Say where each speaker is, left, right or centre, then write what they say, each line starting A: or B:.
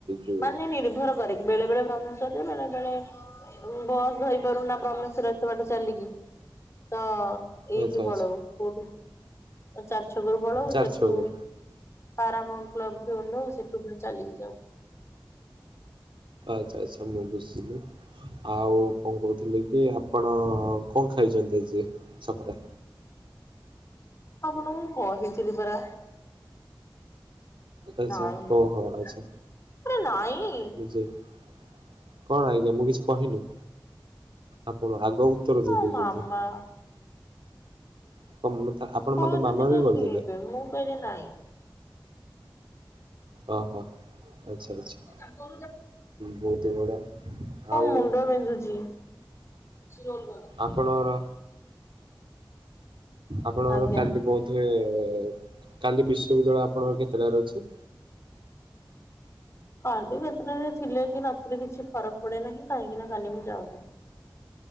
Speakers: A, on the right; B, on the left.
A: ଯୋ
B: ମାନେ ନିର୍ଭର କରେ। ବେଳେ ବେଳେ ବ୍ରହ୍ମେଶ୍ଵରରେ ବେଳେ ବେଳେ ବସ୍ ଧରିପାରୁନା ବ୍ରହ୍ମେଶ୍ଵର ଏତେ ବାଟ ଚାଲିକି। ତ ଏଇଠି
A: ଆଚ୍ଛା
B: ପଳଉ।
A: ଆଚ୍ଛା
B: କୋଉଠୁ? ଚାରି ଛକରୁ ପଳଉ।
A: ଚାରି
B: ସେଠୁ
A: ଛକରୁ
B: ପାରାମାଉଣ୍ଟ କ୍ଲବ୍ ଠୁ ଓହ୍ଲଉ। ସେଠୁ ପୁଣି ଚାଲିକି ଯାଉ।
A: ଆଚ୍ଛା ଆଚ୍ଛା ମୁଁ ବୁଝିଲି। ଆଉ କଣ କହୁଥିଲି କି ଆପଣ କଣ ଖାଇଛନ୍ତି ଆଜି ସକାଳେ?
B: ଆପଣଙ୍କୁ କହିଥିଲି ପରା।
A: ଆଚ୍ଛା
B: ନାଇଁ
A: ଓହୋ ଆଚ୍ଛା
B: ପରା ନାଇଁ।
A: କଣ ଆଜ୍ଞା ମୁଁ କିଛି କହିନି। ଆପଣ ଆଗ ଉତ୍ତର
B: ମୋ
A: ଦେଇଦଉଛନ୍ତି।
B: ମାମା
A: <unintelligible>
B: କହୁଛନ୍ତି
A: ବି
B: କଣ
A: କରିଦେଲେ
B: କିଏ ଏବେ ମୁଁ କହିଲି ନାଇଁ।
A: ଓ ହ ଆଚ୍ଛା ଆଚ୍ଛା।
B: ମୋ
A: ବହୁତ ହି ବଢିଆ। ଆଉ
B: ମୁଣ୍ଡ ବିନ୍ଧୁଚି। ବେଶୀ ରୋଲ୍ କଲା।
A: ଆପଣଙ୍କର ଆପଣଙ୍କର
B: ଆଜ୍ଞା।
A: କାଲି ବୋଧ ହୁଏ କାଲି ବିଶ୍ବବିଦ୍ୟାଳୟ ଆପଣଙ୍କର କେତେଟାରେ ଅଛି?
B: କାଲି କେତେଟାରେ ଥିଲେ କି ନଥିଲେ କିଛି ଫରକ୍ ପଡେ ନାହିଁ କାହିଁକି ନା କାଲି ମୁଁ ଯାଉନାହିଁ।